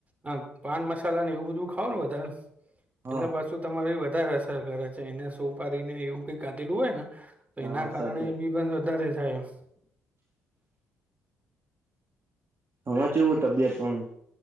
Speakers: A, on the right; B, on the right.
A: આ પાન મસાલા ને એવું બધું ખાવ ને વધાર
B: હા
A: એટલે પાસું તમારી ઈ વધારે અસર કરે છે. એને સોપારીને એ એવું કંઈ કાઢેલું હોય ને તો
B: હા
A: એના કારણે
B: સાચી વાત
A: બી બંધ વધારે થાય એમ.
B: તમાર ચેવું તબિયત પાણી?